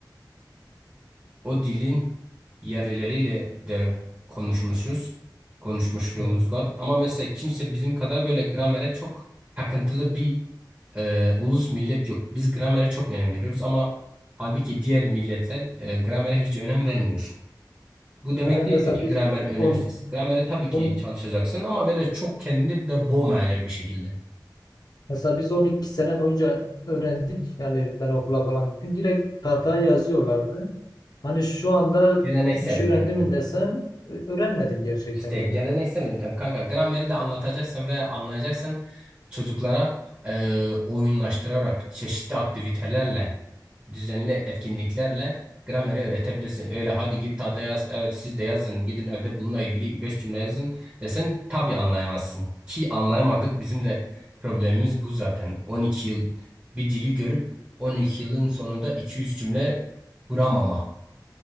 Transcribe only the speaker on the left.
hı.
Yani
mesela
biz
12,
10
mesela biz 12 sene boyunca öğrendik. Yani ben okula falan gittim. Direkt tahtaya yazıyorlardı. Hani şu anda
bir şey
öğrendim mi desen ö- öğrenmedim gerçekten
yani.